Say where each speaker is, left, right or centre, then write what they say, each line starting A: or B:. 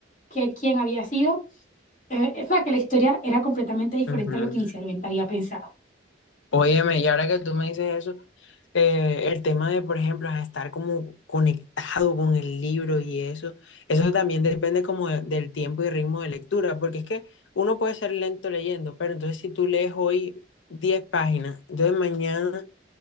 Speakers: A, on the left; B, on the left.
A: que quién había sido. Eh, o sea, que la historia era completamente diferente
B: Ujú.
A: a lo que inicialmente había pensado.
B: Óyeme, y ahora que tú me dices eso, eh, el tema de, por ejemplo, a estar como conectado con el libro y eso, eso también depende como de- del tiempo y ritmo de lectura, porque es que uno puede ser lento leyendo, pero entonces si tú lees hoy 10 páginas, entonces mañana